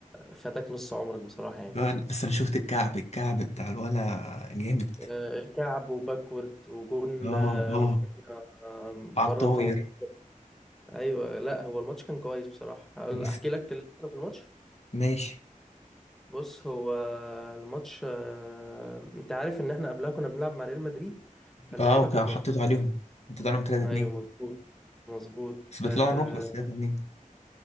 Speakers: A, in the centre; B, on the left (about 50°).
A: فاتك نص عمرك بصراحة يعني
B: آه، أنا- بس انا شفت الكعب الكعب بتاع الولا جامد
A: آه كعب وباكورد وجون
B: اه
A: آه
B: اه
A: رافينيا آه بره
B: على الطاير
A: 18 ايوه لا هو الماتش كان كويس بصراحة هقول-
B: بس
A: احكي لك اللي حصل في الماتش
B: ماشي
A: بص هو الماتش آه، انت عارف ان احنا قبلها كنا بنلعب مع ريال مدريد فاللعيبه
B: اه وكان
A: كانت
B: حطيته
A: مرهقه
B: عليهم حطيت عليهم 3 2
A: ايوه مظبوط مظبوط
B: بس بيطلعوا
A: آه،
B: نروح بس 3 2